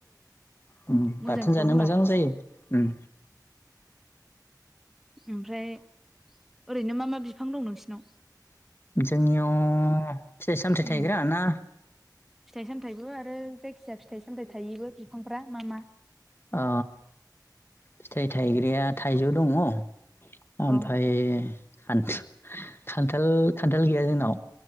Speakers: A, on the left; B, in the centre.
A: उम
B: मोजांथ'
A: बाथोन जानो
B: होमबा
A: मोजां जायो उम
B: ओमफ्राय ओरैनो मा मा बिफां दं नोंसिनाव
A: जोंनियाव फिथाइ सामथाइ
B: उम
A: थायग्रा ना
B: फिथाइ सामथायाइबो आरो जायखि फिसा फिथाइ सामथाय थायोबो बिफांफ्रा मा मा
A: अ फिथाइ थाइग्रया थाइजौ दङ ओमफफ्राय
B: औ
A: खान्थाल खान्थाल गैया जोंनाव